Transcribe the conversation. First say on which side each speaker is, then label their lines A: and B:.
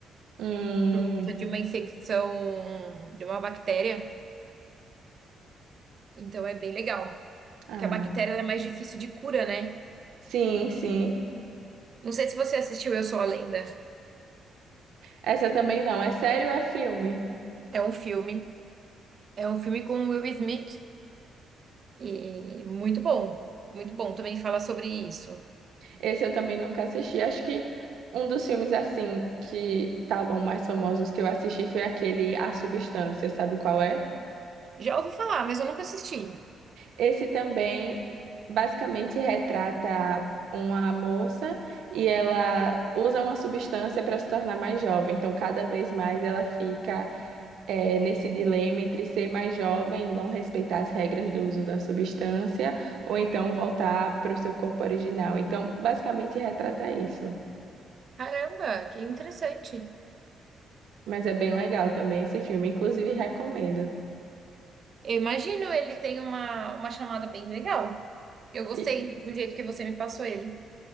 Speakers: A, on the right; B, on the right.
A: Hum,
B: por conta de uma infecção de uma bactéria. Então é bem legal.
A: ah,
B: Que a bactéria ela é mais difícil de cura, né?
A: sim, sim.
B: Não sei se você assistiu Eu Sou a Lenda.
A: Essa também não. É sério, é filme.
B: É um filme. É um filme com o Will Smith e muito bom. Muito bom. Também fala sobre isso.
A: Esse eu também nunca assisti. Acho que um dos filmes assim que estavam mais famosos que eu assisti foi aquele A Substância, sabe qual é?
B: Já ouvi falar, mas eu nunca assisti.
A: Esse também basicamente retrata uma moça e ela usa uma substância para se tornar mais jovem. Então, cada vez mais ela fica é, nesse dilema entre ser mais jovem e não respeitar as regras do uso da substância, ou então voltar para o seu corpo original. Então, basicamente, retrata isso.
B: Caramba, que interessante.
A: Mas é bem legal também esse filme, inclusive recomendo.
B: Eu imagino ele tem uma, uma chamada bem legal. Eu gostei
A: E-
B: do jeito que você me passou ele.